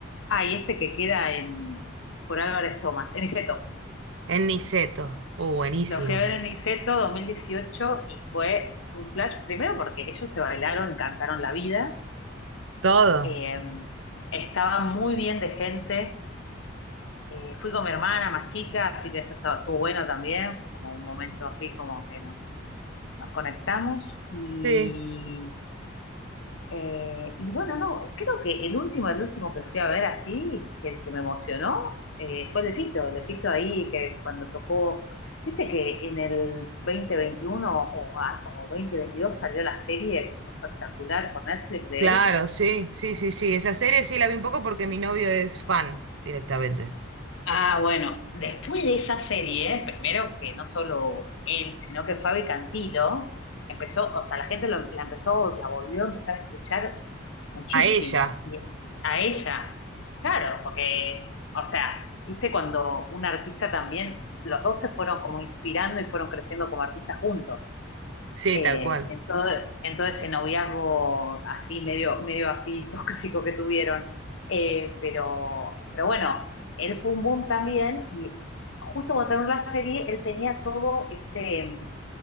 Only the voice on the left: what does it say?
ah, y este que queda en, por Álvarez Thomas, en Niceto.
Lo fui a ver en Niceto 2018 y fue un flash, primero porque ellos se bailaron y cantaron la vida.
eh, estaba muy bien de gente. eh, fui con mi hermana más chica, así que eso estaba, estuvo bueno también. Fue como un momento así como que nos, nos conectamos. y
Eh, y bueno, no, creo que el último, el último que fui a ver así, que, que me emocionó, eh, fue el de Fito, el de Fito ahí que cuando tocó, viste que en el 2021 o, a- o 2022 salió la serie que fue espectacular por Netflix de
él.
Ah, bueno, Después de esa serie, primero que no solo él, sino que Fabi Cantilo empezó, o sea, la gente lo- la empezó, la volvió a empezar a escuchar muchísimo.
Y es a ella. Claro, porque, o sea, viste cuando un artista también, los dos se fueron como inspirando y fueron creciendo como artistas juntos.
Eh,
en todo, en todo ese noviazgo así, medio, medio así <laughs> tóxico que tuvieron. Eh, pero, pero bueno, él fue un boom también y justo cuando terminó la serie, él tenía todo ese e-,